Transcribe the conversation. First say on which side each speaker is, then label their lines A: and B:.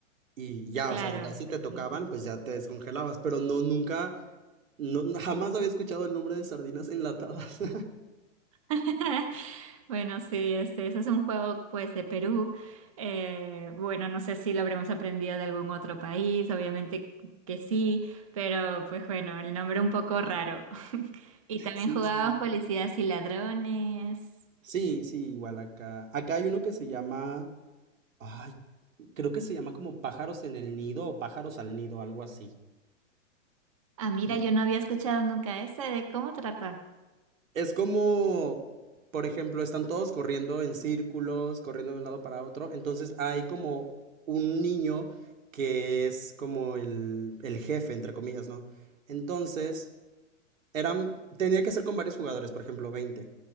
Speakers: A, on the right (about 80°); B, on the right (about 25°).
A: y ya,
B: Claro,
A: o sea, y ya si
B: pues
A: te tocaban,
B: sí.
A: pues ya te descongelabas. Pero no, nunca No, no, jamás había escuchado el nombre de sardinas enlatadas. <laughs>
B: <laughs> Bueno, sí, este, ese es un juego pues de Perú. Eh, bueno, no sé si lo habremos aprendido de algún otro país, obviamente que sí, pero pues bueno, el nombre un poco raro. Y también
A: Sí,
B: jugábamos
A: sí, sí.
B: policías y ladrones.
A: Sí, sí, igual acá. Acá hay uno que se llama, ay, creo que se llama como pájaros en el nido o pájaros al nido, algo así.
B: Ah, mira,
A: Mm.
B: yo no había escuchado nunca ese. ¿De cómo trata?
A: Es como, por ejemplo, están todos corriendo en círculos, corriendo de un lado para otro. Entonces hay como un niño que es como el, el jefe, entre comillas, ¿no? Entonces... eran, tenía que ser con varios jugadores, por ejemplo, veinte